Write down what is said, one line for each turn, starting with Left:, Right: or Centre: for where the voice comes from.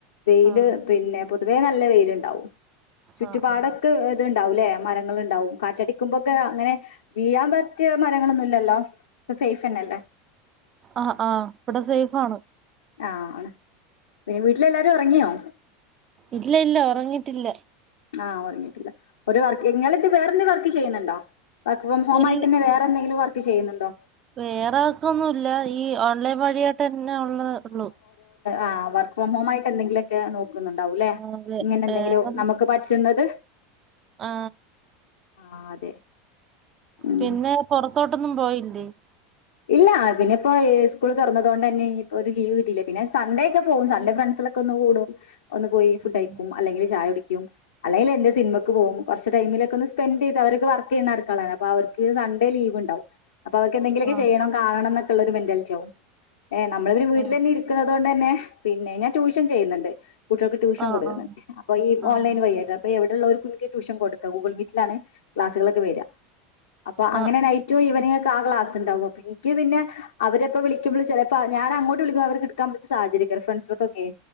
Left: വെയില്
Right: ആ
Left: പിന്നെ പൊതുവേ നല്ല വെയിലുണ്ടാവും ചുറ്റുപാടൊക്കെ
Right: ആ ആ
Left: ഇത്ണ്ടാവുംല്ലേ മരങ്ങൾ ഉണ്ടാവും കാറ്റടിക്കുമ്പോക്കെ അങ്ങനെ വീഴാൻ പറ്റിയ മരങ്ങളൊന്നും ഇല്ലല്ലോ സേഫ്ന്നെല്ലേ
Right: ആഹ്ആഹ് ഇവിടെ സേഫ് ആണ്
Left: ആണ് പിന്നെ വീട്ടില എല്ലാരും ഇറങ്ങിയോ
Right: ഇല്ല ഇല്ല ഉറങ്ങിട്ടില്ല
Left: ആഹ് ഉറങ്ങിട്ടില്ല ഒരു വർക്ക് നിങ്ങളിത് വേറെന്ത് വർക്ക് ചെയ്യുന്നുണ്ടോ വർക്ക് ഫ്രം ഹോമായിട്ട്
Right: ഇൽ
Left: വേറെന്തെങ്കിലും വർക്ക് ചെയ്യുന്നുണ്ടോ
Right: വേറെ വർക്കൊന്നുമില്ല ഈ ഓൺലൈൻ വഴിയായിട്ട തന്നെ ഉള്ള തേ ഉള്ളു
Left: ആ വർക്ക് ഫ്രം ഹോം ആയിട്ട് എന്തെങ്കിലുമൊക്കെ നോക്കുന്നുണ്ടാവും അല്ലേ
Right: ആ വേ
Left: ഇങ്ങനെ
Right: വേറെം
Left: എന്തെങ്കിലും നമുക്ക് പറ്റുന്നത്
Right: ആ
Left: ആ അതെ ഉം
Right: പിന്നെ പുറത്തോട്ടൊന്നും പോയില്ലേ
Left: ഇല്ല പിന്നെ ഇപ്പോ സ്കൂൾ തുറന്നതുകൊണ്ട് തന്നെ ഇപ്പൊ ഒരു ലീവ് കിട്ടിയില്ല പിന്നെ സൺഡേ ഒക്കെ പോവും സൺഡേ ഫ്രണ്ട് ഒന് പോയി ഫുഡ്
Right: ഉം.
Left: കഴിക്ക അല്ലെങ്കിൽ ചായ കുടിക്കും അല്ലെങ്കിൽ സിനിമക്ക് പോകും കുറ ടൈമിലൊക്കെ ഒന്ന് സ്പെൻറ് ചെയ്ത് അവർക്ക് വർക്ക് ചെയുന്ന ആൾക്കാരല്ലേ അവക്ക് സൺഡേ ലീവ് ഉണ്ടാവും അപ്പോ അവർക്കെങ്കിലും
Right: ആ
Left: ചെയ്യണം കാണണം എന്നൊക്കെയുള്ള ഒരു മെന്റാലിറ്റി ആവും ഏ നമ്മള ഇവര് വീട്ടിൽ
Right: ആ
Left: തന്നെ ഇരിക്കുന്നത് കൊണ്ട് തന്നെ പിന്നെ ഞാൻ ട്യൂഷൻ ചെയ്യണ്ട് കുട്ടികൾക്ക് ട്യൂഷൻ
Right: ആ ആ
Left: കൊടുന്നുണ്ട് അപ്പൊ ഈ
Right: ആ ആ
Left: ഓൺലൈൻ വഴിയായിട്ട് അപ്പൊ എവിടെയുള്ള ഒരു കു ട്യൂഷൻ കൊടുത്ത ഗൂഗിൾ മീലാണ് ക്ലാസുകളൊക്കെ വരിക അപ്പൊ അങ്ങനെ
Right: ആ ആ
Left: നൈറ്റും ഈവനിങ്ങുംഒക്കെ ആ ക്ലാസ് ഉണ്ടാവും എനിക്ക് പിന്നെ അവരെപ്പൊ വിളിക്കുമ്പോൾ ചിലപ്പോ ഞാൻ അങ്ങോട്ട് വിളിക്കും അവർക്ക് എടുക്കാൻ സാഹചര്യം ഫ്രണ്ട്സർക്കൊക്കെ